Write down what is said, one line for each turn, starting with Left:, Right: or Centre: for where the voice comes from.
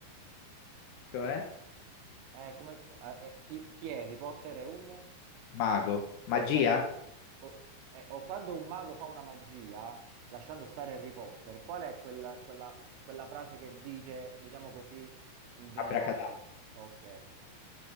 Left: Cioè,
Right: Eh, come, eh, eh, chi, chi è Harry Potter? È un...
Left: mago, magia,
Right: Perfetto. un- o, eh, o quando un mago fa una magia, lasciando stare Harry Potter, qual è quella, quella, quella frase che dice, diciamo così, in generale?
Left: abracadabra,
Right: Ok.